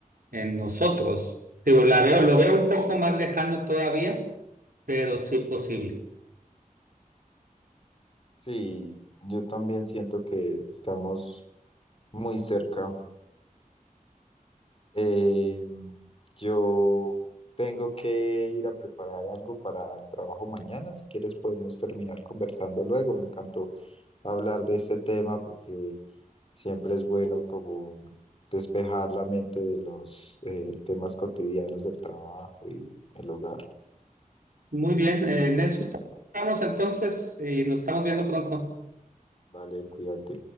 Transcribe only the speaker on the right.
en nosotros. Digo, la veo, lo veo un poco más lejano todavía, pero sí posible.
Muy bien, eh, en eso estamos entonces y nos estamos viendo pronto.